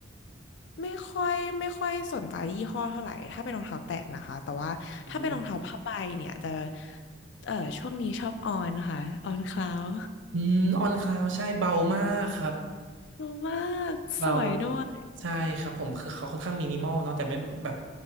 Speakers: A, on the left (about 65°); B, on the right (about 80°).
A: ไม่ค่อยไม่ค่อยสนใจยี่ห้อเท่าไหร่ ถ้าเป็นรองเท้าแตะนะคะ แต่ว่าถ้าเป็นรองเท้าผ้าใบเนี่ยจะ
B: อืม
A: เออช่วงนี้ชอบออนค่ะออนคลาว
B: อืมออนคลาวใช่เบามากครับ
A: ดูมากสวยด้วย
B: เบาใช่ครับผมคือเขาค่อนข้างมินิมอลเนาะแต่ไม่แบบ